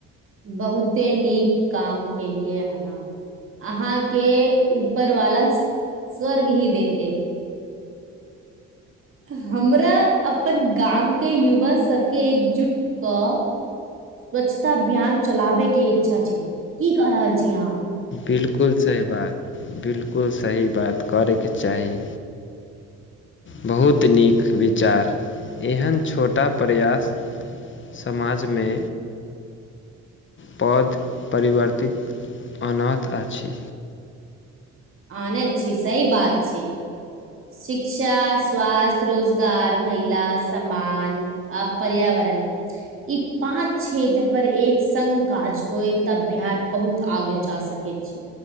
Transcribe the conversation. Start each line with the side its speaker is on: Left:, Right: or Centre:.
Right: बहुते नीक काम केलियै अहाॅं। अहां के ऊपरवाला स्वर्ग ही देते हमरा अपन गामके युवा सबके एकजुट कऽ स्वच्छता अभियान चलाबै के इच्छा छै, की कह रहल छी अहां?
Left: बिलकुल सही बात, बिल कुल सही बात करय के चाही। बहुत नीक विचार, एहन छोटा प्रयास समाजमे बोहोत परिवर्तित आनात आछि।
Right: आनैत छी सही बात छी। शिक्षा, स्वास्थय, रोजगार, महिला सम्मान आ पर्या वरण ई पाँच क्षेत्र पर एक संग काज होए तब बिहार बहुत आगू आगे जा सकै छै।